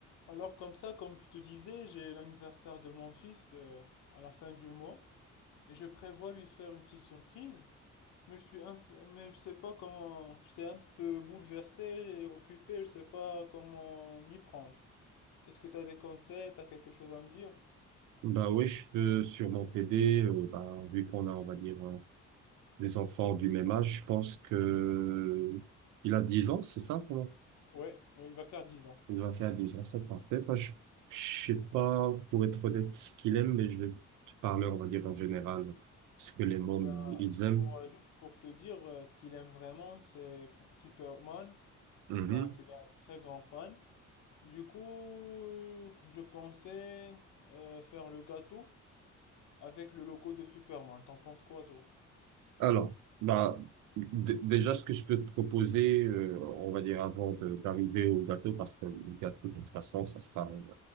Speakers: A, on the left; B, on the right.
A: Alors comme ça, comme je te disais, j'ai l'anniversaire de mon fils euh, à la fin du mois et je prévois lui faire une petite surprise. Mais je suis inf- mais je sais pas comment, je suis un peu bouleversé et occupé, je sais pas comment m'y prendre. Est-ce que tu as des conseils, tu as quelque chose à me dire?
B: Bah oui, je peux sûrement t'aider. euh, bah, vu qu'on a, on va dire, euh, des enfants du même âge, je pense que il a 10 ans, c'est ça, comment?
A: Ouais, ouais, il va faire dix ans.
B: Il va faire 10 ans, c'est parfait. Bah, je, je sais pas, pour être honnête, ce qu'il aime, mais je vais te parler, on va dire, en général, ce que les mômes,
A: Ben,
B: euh, ils aiment.
A: pour, euh, juste pour te dire, euh, ce qu'il aime vraiment, c'est Superman.
B: Mhm.
A: Donc, il est un très grand fan. Du coup, euh, je pensais euh, faire le gâteau. Avec le logo de Superman, t'en penses quoi, toi?
B: Alors, bah, d- déjà, ce que je peux te proposer, euh, on va dire avant de- d'arriver au gâteau, parce que le gâteau, de toute façon, ça sera, euh,